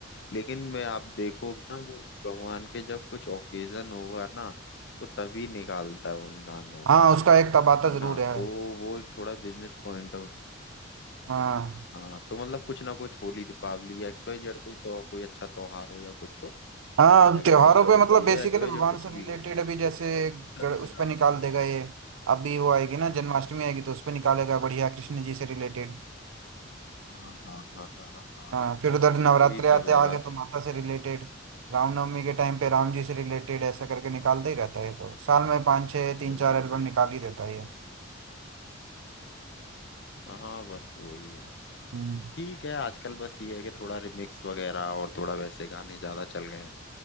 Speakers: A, on the left; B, on the right.
A: लेकिन मैं आप देखोगे ना वो भगवान के जब कुछ ओकेजन होगा ना वो तभी निकालता है उन गानों को,
B: हाँ उसका एक तबाता
A: है
B: जरूर
A: ना
B: है
A: तो वो एक थोड़ा बिजनेस पॉइंट ऑफ
B: हाँ
A: हाँ तो मतलब कुछ ना कुछ होली दीपावली या एक्स वाई जेड कोई तो कोई अच्छा त्योहार हो या कुछ हो
B: हाँ
A: जो
B: त्योहारों
A: गणेश चतुर्थी
B: पे मतलब
A: हो
B: बेसिकली
A: या एक्स वाई
B: भगवान
A: जेड कुछ
B: से
A: भी
B: रिलेटेड
A: हो
B: अभी जैसे
A: तो उन्होंने तभी
B: गण-
A: निकालते
B: उस पर निकाल देगा
A: हैं
B: ये अभी वो आएगी ना
A: हाँ
B: जन्माष्टमी आएगी तो उस पर निकालेगा बढ़िया कृष्ण जी से रिलेटेड
A: हाँ हाँ हाँ हाँ हाँ हाँ। हाँ।
B: हाँ फिर उधर
A: तो
B: नवरात्रे
A: वही
B: आते
A: सब है
B: आगे
A: बस
B: तो माता से रिलेटेड रामनवमी के टाइम पे राम जी से रिलेटेड ऐसा करके निकालता ही रहता है तो साल में पाँच छः तीन
A: बिल्कुल
B: चार एल्बम
A: बिल्कुल
B: निकाल ही देता है ये
A: हाँ बस वही है
B: हम्म।
A: ठीक है आजकल बस ये है कि थोड़ा रिमिक्स वगैरह और थोड़ा वैसे गाने ज्यादा चल गए हैं